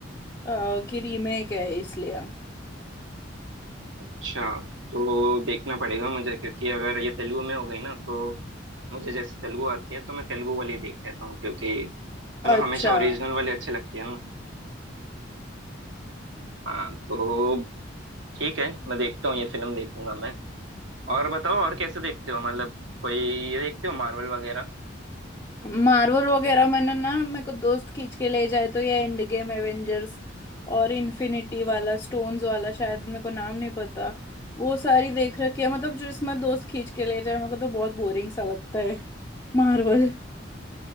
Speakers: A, on the left; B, on the right.
A: अ, कि रीमेक है इसलिए
B: अच्छा तो देखना पड़ेगा मुझे क्योंकि अगर ये तेलुगु में हो गई ना तो मुझे जैसे तेलुगु आती है तो मैं तेलुगु वाली देख लेता हूँ क्योंकि मतलब
A: अच्छा
B: हमेशा ओरिजिनल वाली अच्छी लगती है ना हाँ तो ठीक है मैं देखता हूँ ये फिल्म देखूंगा मैं और बताओ और कैसे देखते हो मतलब कोई ये देखते हो मार्वल वगैरह
A: मार्वल वगैरह मैंने ना मेरे को दोस्त खींच के ले जाए तो ये एंड गेम एवेंजर्स और इन्फिनिटी वाला स्टोन्स वाला शायद मेरे को नाम नहीं पता वो सारी देख रखी है मतलब जो इसमें दोस्त खींच के ले जाए मेरे को तो बहुत बोरिंग सा लगता है मार्वल